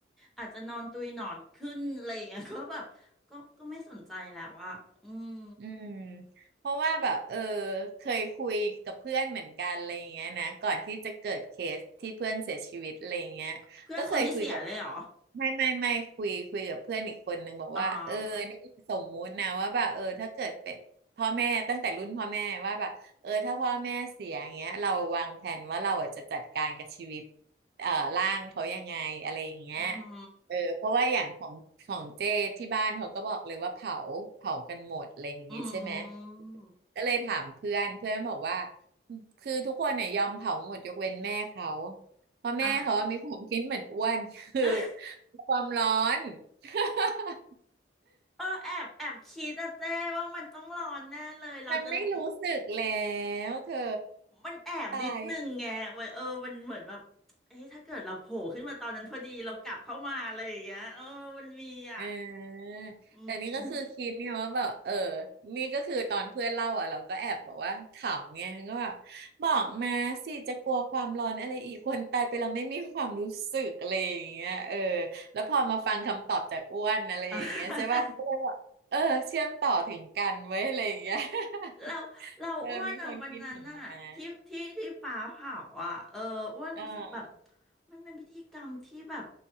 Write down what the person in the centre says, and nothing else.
อาจจะนอนตุยหนอนขึ้นอะไรอย่างเงี้ย <laughs> ก็แบบก็ก็ไม่สนใจแล้วอะอืม
เพื่อนคนที่เสียเลยเหรอ
อ๋อ
อือหื
อ อืม
อ่ะ <laughs>
เออแอบแอบคิดอะเจ้ว่ามันต้องร้อนแน่เลยเราจะรู้
มันแอบนิดนึงไงวัเออ
มันเหมือนแบบเอ้ยถ้าเกิดเราโผล่ขึ้นมาตอนนั้นพอดีเรากลับเข้ามาอะไรอย่างเงี้ยเออ มันมีอ่ะ
อืม
<laughs> อ่ะ เราเราอ้วนอ่ะวันนั้นอ่ะที่ที่ที่ป่าเผาอ่ะเอออ้วนรู้สึกแบบ
มันเป็นพิธีกรรมที่แบบ